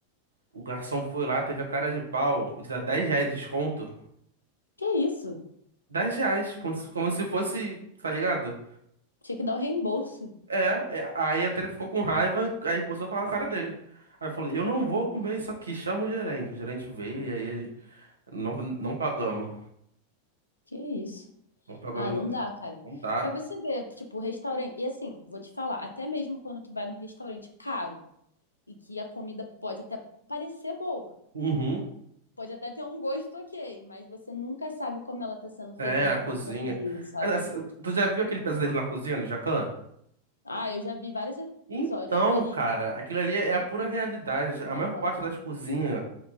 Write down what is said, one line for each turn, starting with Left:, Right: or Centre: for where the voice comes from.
Right: O garçom foi lá, teve a cara de pau, de dar 10 reais de desconto.
Left: Que isso?
Right: dez reais, como se, como se fosse, tá ligado?
Left: Tinha que dar o reembolso.
Right: É, é, aí a treta ficou com raiva, aí começou a falar na cara dele. Aí eu falei, eu não
Left: Uhum.
Right: vou comer isso aqui, chama o gerente. O gerente veio e aí a gente- não, não pagamos.
Left: Que isso?
Right: Não pagamos
Left: Ah, não
Right: dela.
Left: dá, cara.
Right: Não dá.
Left: Pra você ver, tipo, restaurante. E assim, vou te falar, até mesmo quando tu vai num restaurante caro e que a comida pode até parecer boa,
Right: Uhum.
Left: pode até ter um gosto ok, mas você nunca sabe como ela tá sendo feita
Right: É,
Left: ali
Right: a
Left: atrás
Right: cozinha.
Left: da cozinha, sabe?
Right: Essa- Tu já viu aquele pesadelo na cozinha do Jacan?
Left: Ah, eu já vi vários episódios,
Right: Então,
Left: aquilo ali,
Right: cara, aquilo ali é a pura realidade. A
Left: aham,
Right: maior parte das cozinhas,